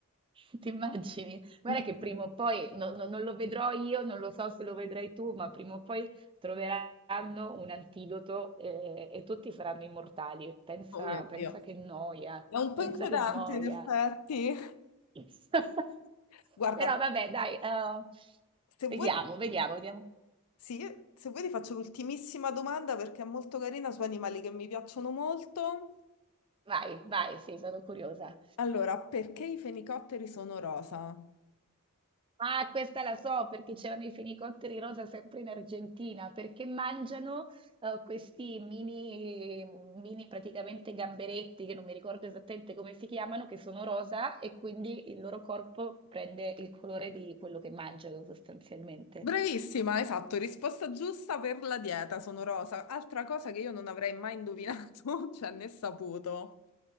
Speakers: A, on the right; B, on the left.
A: <laughs> Ti immagini? Guarda
B: Inc-
A: che prima o poi, no- no- non lo vedrò io, non lo so se lo vedrai tu, ma prima o poi troveranno un antidoto eh, e, tutti saranno immortali. Pensa,
B: Oh mio
A: pensa
B: Dio,
A: che noia,
B: è un
A: pensa
B: po' inquietante
A: che noia.
B: in effetti.
A: <laughs>
B: <laughs> Guarda,
A: Però vabbè, dai, eh,
B: se
A: vediamo,
B: vuoi...
A: vediamo, vediamo.
B: Sì, se vuoi ti faccio l'ultimissima domanda perché è molto carina su animali che mi piacciono molto.
A: Vai, vai, sì, sono curiosa.
B: Allora, perché i fenicotteri sono rosa?
A: Ah, questa la so perché c'erano i fenicotteri rosa sempre in Argentina, perché mangiano eh, questi mini, mini praticamente gamberetti, che non mi ricordo esattamente come si chiamano, che sono rosa e quindi il loro corpo prende il colore di quello che mangiano sostanzialmente.
B: Bravissima, esatto, risposta giusta per la dieta, sono rosa. Altra cosa che io non avrei mai indovinato, <laughs> cioè né saputo.